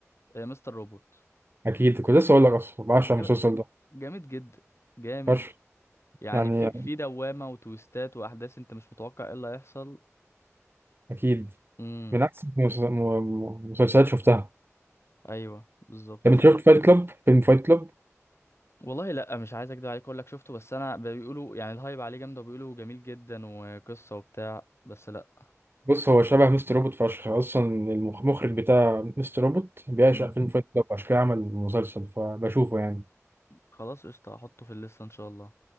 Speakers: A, on the left; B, on the right.
A: آه، مستر روبوت
B: اكيد كنت لسه اقول لك اصلا بعشق
A: جام-
B: المسلسل ده
A: جامد جدا جامد
B: فشخ
A: يعني
B: يعني
A: في في دوامه وتويستات واحداث انت مش متوقع ايه اللي هيحصل
B: اكيد
A: امم
B: من أحسن المس- م- مسلسلات شفتها
A: ايوه بالظبط
B: طب أنت شفت فايت كلاب فيلم فايت كلاب
A: والله لا مش عايز اكدب عليك اقول لك شفته بس انا بيقولوا يعني الهايب عليه جامد وبيقولوا جميل جدا وقصه وبتاع بس لا
B: بص هو شبه مستر روبوت فشخ أصلا المخ- المخرج بتاع مستر روبوت بيعشق
A: امم
B: فيلم فايت كلاب عشان كده عمل مسلسل فبشوفه يعني
A: خلاص قشطه هحطه في الليسته ان شاء الله